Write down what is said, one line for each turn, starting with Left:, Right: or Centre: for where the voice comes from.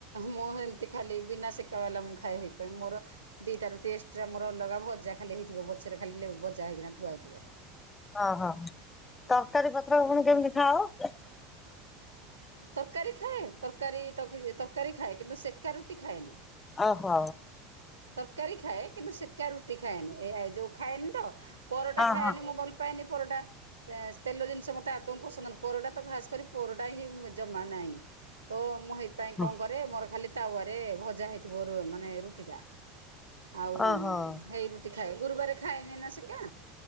Right: ମୁଁ ଏମିତି ଖାଲି ବିନା ସେକା ବାଲା ମୁଁ ଖାଏ ହେଇଥି ପାଇଁଁ ମୋର। ଦିଟା ରୁଟି ଏକ୍ସଟ୍ରା ମୋର ଅଲଗା ଭଜା ଖାଲି ହେଇଥିବ ପଛରେ ଖାଲି ଭଜା ହେଇକିନା ଥୁଆ ହେଇଥିବ।
Left: ହଁ ହଁ ତରକାରୀ ପତ୍ର ପୁଣି କେମିତି ଖାଅ?
Right: ତରକାରୀ ଖାଏ ତରକାରୀ ତ ତରକାରୀ ଖାଏ କିନ୍ତୁ ସେକା ରୁଟି ଖାଏନି।
Left: ଅହ।
Right: ତରକାରୀ ଖାଏ କିନ୍ତୁ ସେକା ରୁଟି ଖାଏନି ଏ ଏ ଯୋଉ ଖାଏନି ତ ପରଟା
Left: ହଁ
Right: ଖାଏନି।
Left: ହଁ
Right: ମୁଁ ଭଲ ପାଏନି ପରଟା। ତେ ତେଲ ଜିନିଷ ମୋତେ ଆଦୌ ପସନ୍ଦ ନୁହ ପରଟା ତ ଖାସ୍ କରି ପରଟା ହିଁ ଜମା ନାହିଁ। ତ ମୁଁ ହେଇଥିପାଇଁ କଣ
Left: ଓହୋ।
Right: କରେ ମୋର ଖାଲି ତାୱରେ ଭଜା ହେଇଥିବ ରୁ ମାନେ ରୁଟି ଟା। ଆଉ
Left: ହଁ
Right: ମ ହେଇ ରୁଟି ଖାଏ ଗୁରୁବାର ଖାଏନି ନା ସେକା।